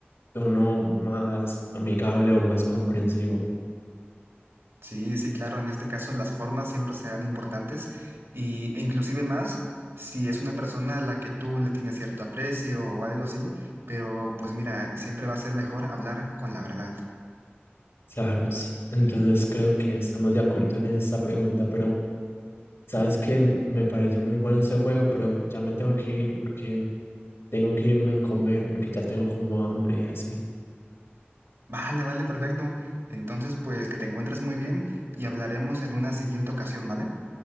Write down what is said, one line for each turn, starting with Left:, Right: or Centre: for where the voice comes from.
Left: tono más amigable o más comprensivo.
Right: Sí, sí, claro, en este caso las formas siempre serán importantes y, e inclusive más si es una persona a la que tú le tienes cierto aprecio o algo así, pero pues mira, siempre va a ser mejor hablar con la verdad.
Left: Claro, s- entonces creo que estamos de acuerdo en esta pregunta, pero... Sabes que me pareció muy bueno ese juego, pero ya me tengo que ir porque tengo que irme a comer porque ya tengo como hambre y así.
Right: Vale, vale, perfecto. Entonces, pues que te encuentres muy bien y hablaremos en una siguiente ocasión, ¿vale?